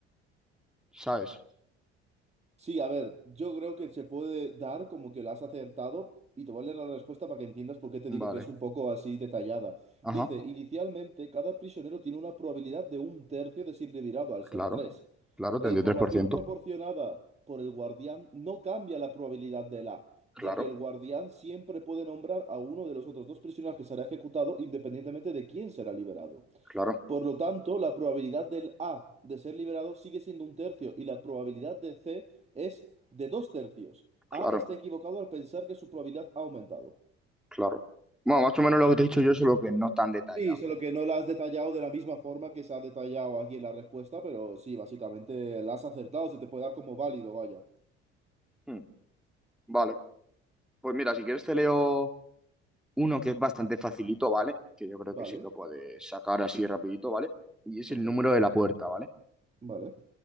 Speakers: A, in the centre; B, on the right (about 20°).
A: ¿sabes?
B: Sí, a ver, yo creo que se puede dar como que la has acertado y te voy a leer la respuesta para que entiendas por qué te
A: Vale.
B: digo que es un poco así detallada.
A: Ajá,
B: Dice, inicialmente cada prisionero tiene una probabilidad de un tercio de ser liberado al ser
A: claro,
B: tres.
A: claro, treinta
B: La información
A: y tres por ciento,
B: proporcionada por el guardián no cambia la probabilidad del A, ya
A: Claro,
B: que el guardián siempre puede nombrar a uno de los otros dos prisioneros que será ejecutado independientemente de quién será liberado.
A: claro,
B: Por lo tanto, la probabilidad del A de ser liberado sigue siendo un tercio y la probabilidad de C es de dos tercios.
A: claro,
B: A está equivocado al pensar que su probabilidad ha aumentado.
A: claro. Bueno, más o menos lo que te he dicho yo, solo que no tan detallado,
B: Sí, solo
A: ¿no?
B: que no la has detallado de la misma forma que se ha detallado aquí en la respuesta, pero sí, básicamente la has acertado, se te puede dar como válido, vaya.
A: Hmm, Vale, pues mira, si quieres te leo... uno que es bastante facilito, ¿vale? Que yo creo
B: Vale,
A: que sí que puedes sacar así rapidito, ¿vale? Y es
B: perfecto.
A: el número de la puerta, ¿vale?
B: Vale.